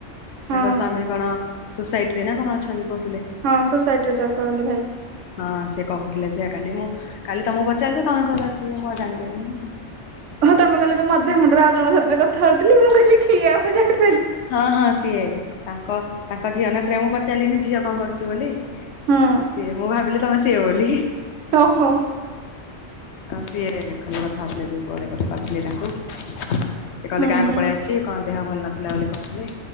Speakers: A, on the right (about 85°); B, on the left (about 70°).
A: ହଁ।
B: ତାଙ୍କ ସ୍ଵାମୀ କଣ? ସୋସାଇଟି ରେ ନା କଣ ଅଛନ୍ତି, କ
A: ହଁ ସୋସାଇଟି ରେ ଜବ୍ କରନ୍ତି ଭାଇ।
B: ହଁ ସେ କହୁଥିଲେ, ସେଇଆ କାଲି, ମୁଁ କାଲି ତମକୁ ପଚାରିଲି, ତମେ କହିଲ କିଏ ମୁଁ ଆ ଜାଣି ପାରଲିିନି
A: ହଁ ତମେ କହିଲ ଯୋଉ ମଧ୍ୟଖଣ୍ଡର, ଆଉ ଜଣଙ୍କ ସାଥିରେ କଥା ହଉଥିଲି, ମୁଁ କହିଲି କିଏ ଆଉ ମୁଁ ଜାଣି
B: ହଁ ହଁ ସିଏ ତାଙ୍କ ତାଙ୍କ ଝିଅ ନା ଶ୍ରେୟା ମୁଁ ପଚାରିଲିନି ଝିଅ କଣ କରୁଛି ବୋଲି? ସିଏ
A: ହୁଁ
B: ମୁଁ ଭାବିଲି ତମେ ସିଏ ବୋଲି ହିଁ।
A: ଓହୋ।
B: ଆଉ ସିଏ ଖାଲି କଥା ହଉଥିଲେ ଦିପ୍ରହରେ କଥା ହଉଥିଲେ ତାଙ୍କୁ। ସେ କହିଲେ
A: ହୁଁ।
B: ଗାଁକୁ ପଳେଇ ଆସିଛି କଣ ଦେହ ଭଲ ନଥିଲା ବୋଲି କହୁଥିଲେ।